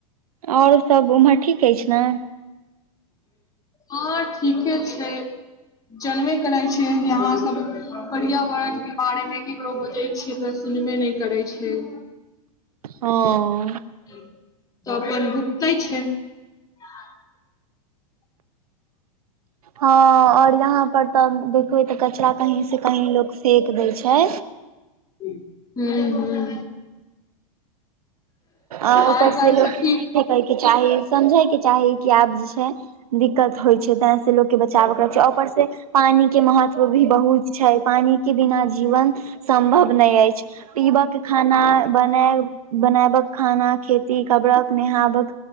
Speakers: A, on the right; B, on the left.
A: और सब उम्हर ठीक ऐछ न
B: हँ ठीके छै जनबे करै छियै कि अहाँ सब पर्यावरण केँ बारे मे ककरो बजै छियै तऽ सुनबे नै करै छै <inaudible>
A: हँ
B: तऽ अपन भुकते छै <unintelligible>
A: ह और यहाँ पर तऽ देखबै तऽ कचरा कही से कही लोग फेक देय छै
B: <unintelligible>
A: आ ऊपरस
B: आइ काल्हि
A: लोक
B: सखी
A: नै करय केँ चाही समझै केँ चाही कि आब जे छै दिक्कत होइ छै ते से लोक केँ बचाव करै छै ऊपर से पानी केँ महत्व भी बहुत छै पानी केँ बिना जीवन सम्भव नै ऐछ पीबय केँ खाना बनायब बेनायबक खाना खेती कबड़क नेहाबक